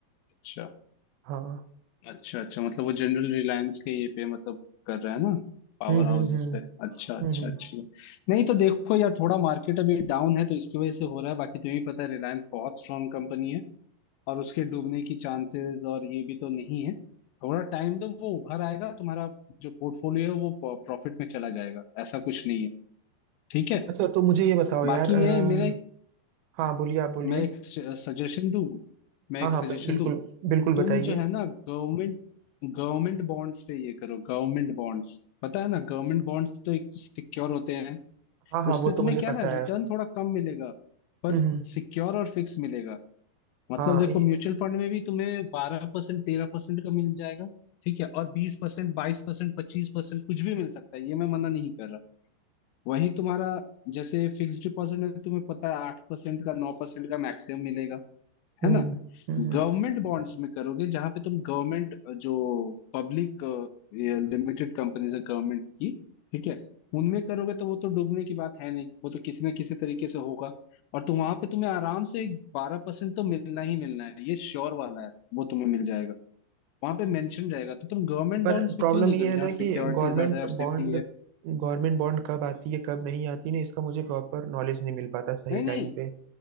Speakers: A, on the left (about 85°); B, on the right (about 80°).
A: अच्छा
B: हाँ
A: अच्छा अच्छा मतलब वो जनरल रिलायंस के ये पे मतलब कर रहा है ना पावर
B: हम्म
A: हाउसेस
B: हम्म हम्म
A: पे अच्छा अच्छा
B: हम्म हम्म।
A: अच्छी बात। नहीं तो देखो यार थोड़ा मार्केट अभी डाउन है तो इसकी वजह से हो रहा है बाकी तुम्हें भी पता है रिलायंस बहुत स्ट्रांग कंपनी है और उसके डूबने की चांसेस और ये भी तो नहीं है थोड़ा टाइम दो वो उभर आएगा तुम्हारा जो पोर्टफोलियो है वो प्रॉफिट में चला जाएगा ऐसा कुछ नहीं है ठीक है
B: अच्छा तो मुझे ये बताओ यार
A: बाकी
B: अ,
A: मैं मेरा एक
B: हाँ बोलिए आप बोलिए
A: मैं एक सजेशन दूं मैं
B: हाँ
A: एक
B: हाँ
A: सजेशन
B: बि- बिल्कुल
A: दूं
B: बिल्कुल बताइए
A: तुम जो है ना गवर्नमेंट गवर्नमेंट बॉन्ड्स पे ये करो गवर्नमेंट बॉन्ड्स पता है ना गवर्नमेंट बॉन्ड्स तो एक तो सिक्योर होते हैं
B: हाँ हाँ
A: उसपे
B: वो तो
A: तुम्हें
B: मुझे
A: क्या
B: पता
A: है ना रिटर्न
B: है
A: थोड़ा कम मिलेगा पर
B: हम्म हम्म,
A: सिक्योर और फिक्स मिलेगा मतलब
B: हाँ
A: देखो
B: ये-
A: म्यूचुअल फंड में भी तुम्हें बारह परसेंट तेरह परसेंट का मिल जाएगा ठीक है और बीस परसेंट बाईस परसेंट पच्चीस परसेंट कुछ भी मिल सकता है ये मैं मना नहीं कर रहा वहीं तुम्हारा जैसे फिक्स डिपॉजिट में तुम्हें पता है आठ परसेंट का नौ परसेंट का मैक्सिमम मिलेगा
B: हम्म
A: है ना
B: हम्म हम्म।
A: गवर्नमेंट बॉन्ड्स में करोगे जहां पे तुम गवर्नमेंट जो पब्लिक लिमिटेड कंपनीज है गवर्नमेंट की ठीक है उनमें करोगे तो वो तो डूबने की बात है नहीं वो तो किसी न किसी तरीके से होगा और तुम वहां पे तुम्हें आराम से बारह परसेंट तो मिलना ही मिलना है ये श्योर वाला है वो तुम्हें मिल जाएगा वहां पे मेंशन रहेगा तो तुम गवर्नमेंट
B: पर
A: बॉन्ड्स
B: प्रॉब्लम
A: में क्यों नहीं
B: ये
A: करो
B: है
A: जहाँ
B: ना कि
A: सिक्योरिटी
B: गवर्नमेंट
A: ज्यादा है और सेफ्टी
B: बॉन्ड
A: है
B: गवर्नमेंट बॉन्ड कब आती है कब नहीं आती ना इसका मुझे प्रॉपर नॉलेज नहीं मिल पाता सही
A: नहीं नहीं
B: टाइम पे